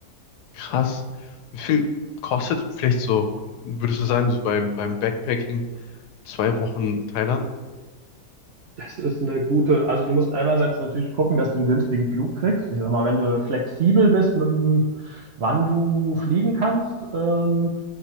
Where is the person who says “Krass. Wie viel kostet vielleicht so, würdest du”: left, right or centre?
Left